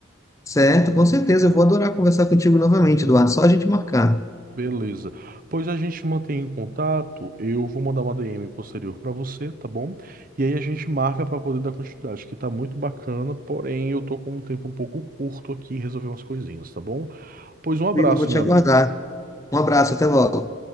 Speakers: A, on the left; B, on the right.
A: Certo, com certeza. Eu vou adorar conversar contigo novamente, Eduardo. Só a gente marcar.
B: Beleza. Pois a gente mantém em contato. Eu vou mandar uma DM posterior para você, tá bom? E aí a gente marca para poder dar continuidade, que tá muito bacana, porém eu tô com um tempo um pouco curto aqui em resolver umas coisinhas, tá bom? Pois um abraço,
A: Will, eu vou te
B: meu
A: aguardar.
B: amigo.
A: Um abraço, até logo.